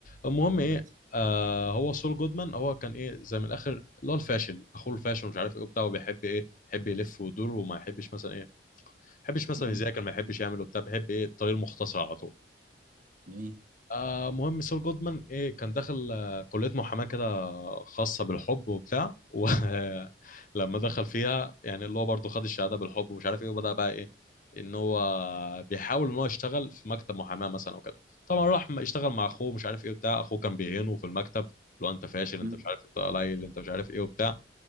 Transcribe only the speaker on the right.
كويس
امم
جميل
امم